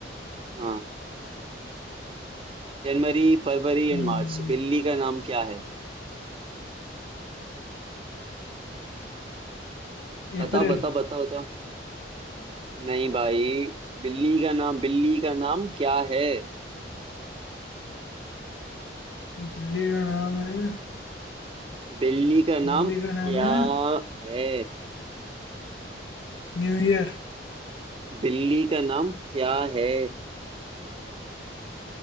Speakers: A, on the right (about 30°); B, on the left (about 80°).
A: हाँ जनवरी फरवरी एंड
B: हम्म
A: मार्च बिल्ली का नाम क्या है बताओ
B: अप्रैल
A: बताओ बताओ बताओ नहीं भाई बिल्ली का नाम बिल्ली का नाम क्या है
B: बिल्ली का नाम है
A: बिल्ली का नाम
B: बिल्ली का नाम
A: क्या
B: है
A: है
B: न्यू ईयर
A: बिल्ली का नाम क्या है